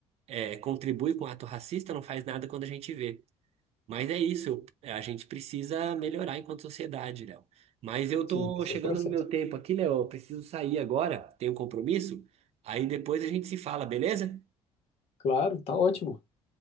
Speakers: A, on the right (about 60°); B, on the left (about 60°).
A: é, contribui com o ato racista, não faz nada quando a gente vê. Mas é isso, eu- é, a gente precisa melhorar enquanto sociedade, Léo. Mas eu tô
B: Sim, esse
A: chegando
B: é o processo.
A: no meu tempo aqui, Léo, eu preciso sair agora, tenho um compromisso. Aí depois a gente se fala, beleza?
B: Claro, tá ótimo.